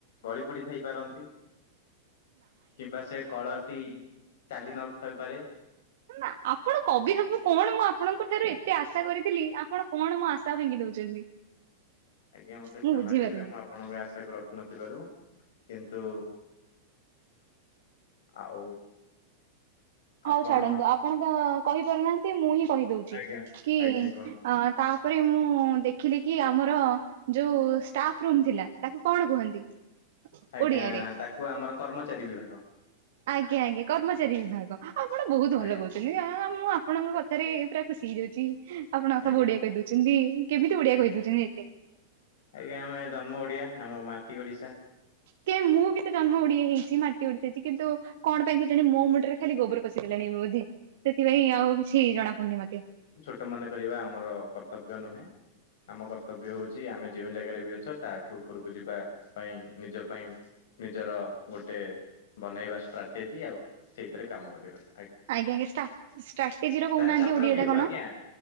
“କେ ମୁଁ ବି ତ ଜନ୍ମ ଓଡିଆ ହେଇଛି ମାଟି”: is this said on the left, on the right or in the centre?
Right